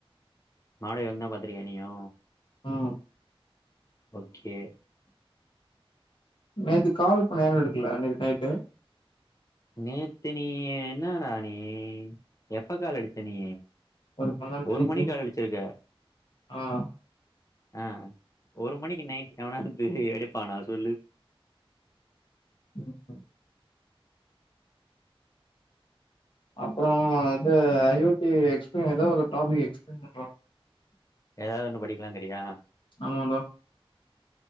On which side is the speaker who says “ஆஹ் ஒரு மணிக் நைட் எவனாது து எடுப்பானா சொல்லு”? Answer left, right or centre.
Left